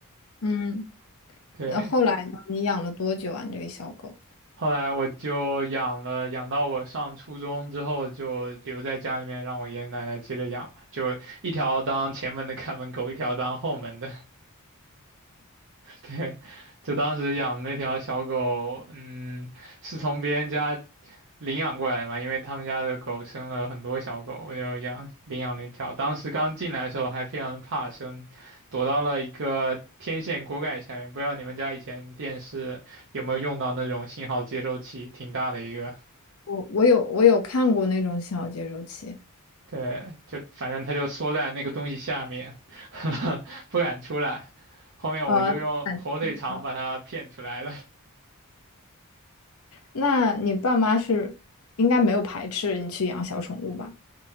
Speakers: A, on the left; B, on the right.
A: 嗯，
B: 对，
A: 那后来呢？你养了多久啊？你这个小狗？
B: 后来我就养了，养到我上初中之后就留在家里面，让我爷爷奶奶接着养嘛，就一条当前门的看门狗，一条当后门的。对，就当时养的那条小狗，嗯，是从别人家领养过来嘛，因为他们家的狗生了很多小狗，我就养领养了一条。当时刚进来的时候还非常的怕生，躲到了一个天线锅盖下面。不知道你们家以前电视有没有用到那种信号接收器，挺大的一个。
A: 我我有我有看过那种小接收器，
B: 对，就反正它就缩在那个东西下面，<laughs> 不敢出来。后面我就用火腿肠把它骗出来了。
A: 呃，感觉挺小那你爸妈是应该没有排斥你去养小宠物吧？